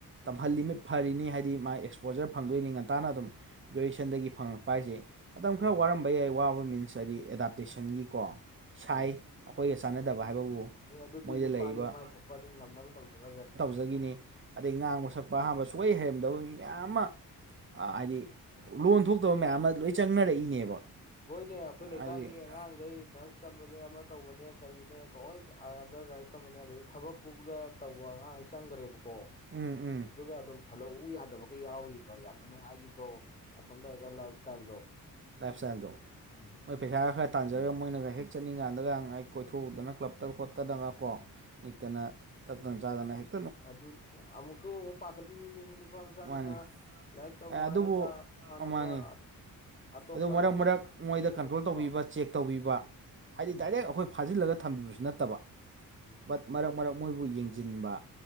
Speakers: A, on the right (about 35°); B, on the left (about 25°).
A: ꯇꯝꯍꯜꯂꯤꯃꯩ
B: ꯎꯝ
A: ꯐꯔꯤꯅꯤ ꯍꯥꯏꯗꯤ ꯃꯥꯥꯏ ꯑꯦꯛꯁ ꯑꯦꯛꯁꯄꯣꯖꯔ ꯐꯪꯗꯣꯏꯅꯤ ꯉꯟꯇꯥꯅ ꯑꯗꯨꯝ ꯒ꯭ꯔꯦꯖꯨꯌꯦꯁꯟꯗꯒꯤ ꯐꯪꯉꯛꯄ ꯍꯥꯏꯁꯦ ꯃꯇꯝ ꯈꯔ
B: ꯎꯝ
A: ꯋꯥꯔꯝꯕ ꯃꯌꯥꯏ ꯋꯥꯕ ꯃꯤꯟꯁ ꯍꯥꯏꯗꯤ ꯑꯦꯗꯥꯞꯇꯦꯁꯟꯒꯤꯀꯣ ꯁꯥꯏ
B: ꯎꯝ
A: ꯑꯩꯈꯣꯏꯒ ꯆꯥꯟꯅꯗꯕ ꯍꯥꯏꯕꯕꯨ
B: ꯑꯦ ꯑꯗꯨꯗꯤ
A: ꯃꯣꯏꯗ
B: ꯅꯨꯄꯥꯅꯤ
A: ꯂꯩꯔꯤꯕ
B: ꯃꯥꯏ ꯊꯣꯛꯄ ꯑꯗꯨꯝ ꯉꯝꯅꯕ ꯇꯧꯖꯈ꯭ꯔꯖꯅꯤ
A: ꯐꯖꯒꯤꯅꯤ ꯑꯗꯩ ꯉꯥꯡꯕ ꯁꯛꯄ ꯑꯍꯥꯟꯕ ꯁꯨꯛꯍꯩ ꯍꯩꯔꯝꯗꯕ ꯃꯤ ꯃꯌꯥꯝ ꯑꯃ ꯑ ꯍꯥꯏꯗꯤ ꯂꯣꯟ ꯊꯣꯛꯇꯕ ꯃꯌꯥꯝ ꯑꯃ ꯂꯣꯏ ꯆꯪꯅꯔꯛꯏꯅꯦꯕ
B: ꯍꯣꯏꯅꯦ ꯑꯩꯈꯣꯏ ꯂꯩꯀꯥꯏꯒꯤ
A: ꯍꯥꯏꯗꯤ
B: ꯑꯉꯥꯡꯈꯩ ꯅꯔꯁ ꯇꯝꯕꯅꯦ ꯑꯃ ꯇꯧꯕꯅꯦ ꯀꯔꯤꯅꯦ ꯂꯣꯏ ꯑꯗ ꯂꯥꯏꯔꯤꯛ ꯇꯝꯕꯅꯦ ꯑꯗꯨꯗꯒꯤ ꯊꯕꯛꯄꯥꯎꯗ ꯇꯧꯕ ꯑꯉꯥꯡꯍꯩ ꯆꯪꯈ꯭ꯔꯦꯕꯀꯣ
A: ꯎꯝ ꯎꯝ
B: ꯑꯗꯨꯒ ꯑꯗꯨꯝ ꯍꯜꯂꯛꯎ ꯌꯥꯗꯕꯒ ꯌꯥꯎꯔꯤꯕ ꯌꯥꯝꯅ ꯅꯨꯡꯉꯥꯏꯈꯤꯕꯗꯣ ꯑꯁꯣꯝ ꯂꯩꯔꯒ ꯂꯥꯏꯐ ꯏꯁꯇꯥꯏꯜꯗꯣ
A: ꯂꯥꯏꯐ ꯏꯁꯇꯥꯏꯟꯗꯣ
B: ꯎꯝ
A: ꯃꯣꯏ ꯄꯩꯁꯥ ꯈꯔ ꯇꯥꯟꯖꯔꯒ ꯃꯣꯏꯅꯒ ꯍꯦꯛ ꯆꯠꯅꯤꯡꯀꯥꯟꯗꯒ ꯑꯩ ꯀꯣꯏꯊꯣꯛꯎꯗꯅ ꯀ꯭ꯂꯞꯇ ꯈꯣꯠꯇꯗꯅ ꯀꯣ ꯅꯤꯛꯇꯅ ꯇꯛꯇꯅ ꯆꯥꯗꯅ ꯍꯦꯛ
B: ꯑꯗꯨꯅꯤꯅꯦ ꯑꯃꯨꯛꯁꯨ ꯑꯃꯨꯛ ꯄꯥꯈꯠꯂꯤ ꯃꯤꯅꯤ ꯅꯨꯄꯥ ꯃꯆꯥꯅꯤꯅ
A: ꯃꯥꯅꯤ
B: ꯂꯥꯏꯔꯤꯛ ꯇꯝꯃꯨ
A: ꯑꯦ ꯑꯗꯨꯕꯨ
B: ꯍꯥꯏꯔꯒ ꯃꯃꯥꯟꯅꯕ
A: ꯃꯥꯅꯤ
B: ꯑꯇꯣꯞꯄ
A: ꯑꯗꯨ ꯃꯔꯛ ꯃꯔꯛ ꯃꯣꯏꯗ
B: ꯈꯔꯀꯣ
A: ꯀꯟꯇ꯭ꯔꯣꯜ ꯇꯧꯕꯤꯕ ꯆꯦꯛ ꯇꯧꯕꯤꯕ ꯍꯥꯏꯗꯤ
B: ꯎꯝ
A: ꯗꯥꯏꯔꯦꯛ ꯑꯩꯈꯣꯏ ꯐꯥꯖꯤꯜꯂꯒ ꯊꯝꯕꯤꯕꯁꯨ ꯅꯠꯇꯕ
B: ꯎꯝ
A: ꯕꯠ ꯃꯔꯛ ꯃꯔꯛ ꯃꯣꯏꯕꯨ ꯌꯦꯡꯁꯤꯟꯕ